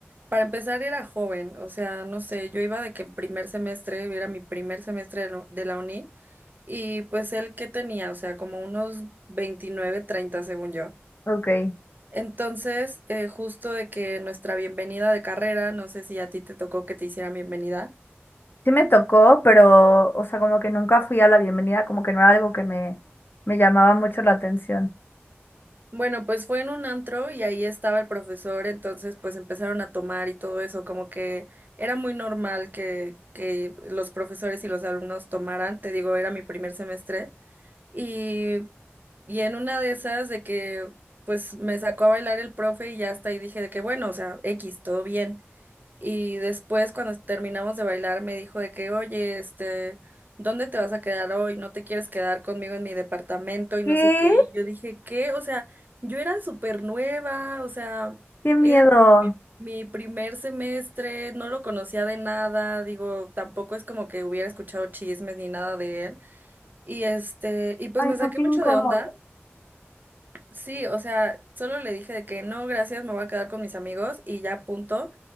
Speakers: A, on the right; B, on the left.
A: para empezar, era joven, o sea, no sé, yo iba de que en primer semestre, era mi primer semestre de la de la uni. Y pues él que tenía, o sea, como unos 29 30 según yo.
B: Ok.
A: Entonces, eh, justo de que nuestra bienvenida de carrera, no sé si a ti te tocó que te hicieran bienvenida.
B: Sí me tocó, pero, o sea, como que nunca fui a la bienvenida, como que no era algo que me, me llamaba mucho la atención.
A: Bueno, pues fue en un antro y ahí estaba el profesor, entonces pues empezaron a tomar y todo eso, como que era muy normal que, que los profesores y los alumnos tomaran, te digo, era mi primer semestre. Y y en una de esas de que pues me sacó a bailar el profe y ya hasta ahí dije de que bueno, o sea, X, todo bien. Y después, cuando terminamos de bailar, me dijo de que, oye, este, ¿dónde te vas a quedar hoy? ¿No te quieres quedar conmigo en mi departamento? Y
B: ¿Qué?
A: no sé qué. Y yo dije, ¿qué? O sea, yo era súper nueva, o sea,
B: ¡Qué miedo!
A: era como mi, mi primer semestre, no lo conocía de nada, digo, tampoco es como que hubiera escuchado chismes ni nada de él. Y este, y pues
B: Ay,
A: me saqué
B: no, qué incómodo.
A: mucho de onda. Sí, o sea, solo le dije de que no, gracias, me voy a quedar con mis amigos y ya punto.